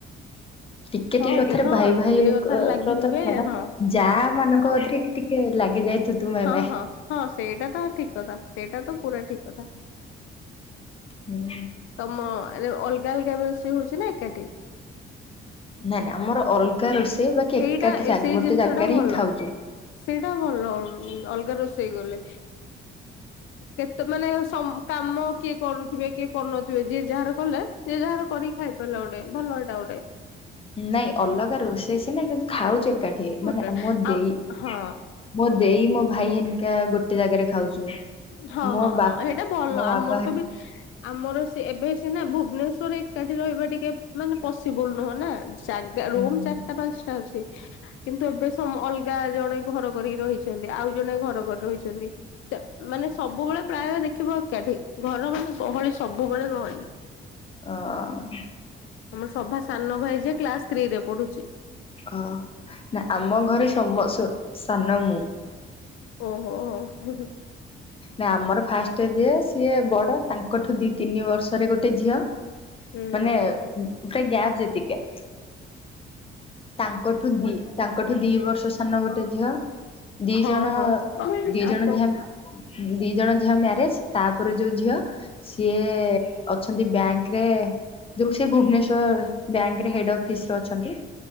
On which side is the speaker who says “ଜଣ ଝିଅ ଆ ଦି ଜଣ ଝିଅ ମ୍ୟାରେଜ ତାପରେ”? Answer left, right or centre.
Left